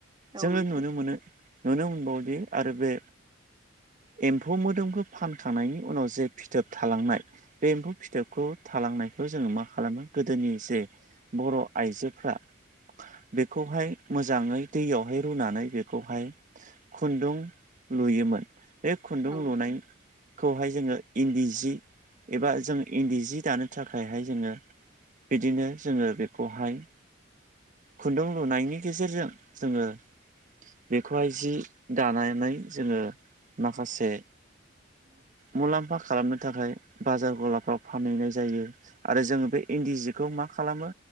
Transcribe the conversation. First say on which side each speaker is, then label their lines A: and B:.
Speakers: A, on the right; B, on the right.
A: औ
B: जोङो
A: नोंथां
B: नुनो मोनो नुनो मोनबावदि आरो बे एमफौ मोदोमखौ फान खांनायनि उनाव जे फिथोब थालांनाय बे एमफौ फिथोबखौ थालांनायखौ जोङो मा खालामो गोदोनि जे बर' आइजोफ्रा बेखौहाय मोजाङै दैयावहाय रुनानै बेखौहाय खुनदु लुयोमोन बे खुनदु
A: औ नोंथां
B: लुनाय खौहाय जोङो इनदि जि एबा जों इनदि जि दानो थाखायहाय जोङो बिदिनो जोङो बेखौहाय खुनदुं लुनायनि गेजेरजों जोङो बेखौहाय जि दानानै जोङो माखासे मुलामफा खालामनो थाखाय बाजार गलाफ्राव फानहैनाय जायो आरो जोङो बे इनदि जिखौ मा खालामो